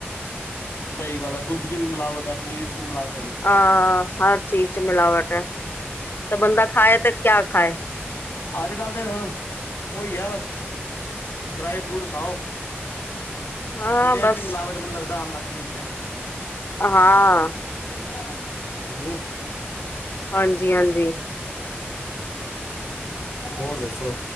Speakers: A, on the left; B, on the left.
A: ਸਹੀ ਗੱਲ ਐ ਦੁੱਧ ਚ ਵੀ ਮਿਲਾਵਟ ਐ ਪਨੀਰ ਕਿ ਮਲਾਵਟ ਹੈਗੀ।
B: ਅਹ ਹਰ ਚੀਜ਼ ਚ ਮਿਲਾਵਟ ਹੈ ਤੇ ਬੰਦਾ ਖਾਏ ਤੇ ਕਿਆ ਖਾਏ
A: ਅੱਜ ਕੱਲ੍ਹ ਤਾ ਫਿਰ ਉਹੀ ਐ ਬਸ ਡਰਾਈ ਫਰੂਟ ਖਾਓ।
B: ਹਾਂ
A: ਅੰਡਿਆਂ
B: ਬਸ
A: ਚ ਵੀ ਮਿਲਾਵਟ ਮੈਨੂੰ ਲੱਗਦਾ ਆਣ ਲੱਗ ਗਈ ਹੁਣ ਤੇ
B: ਹਾਂ।
A: ਹਾਂਜੀ।
B: ਹਾਂਜੀ ਹਾਂਜੀ
A: ਹੋਰ ਦੱਸੋ?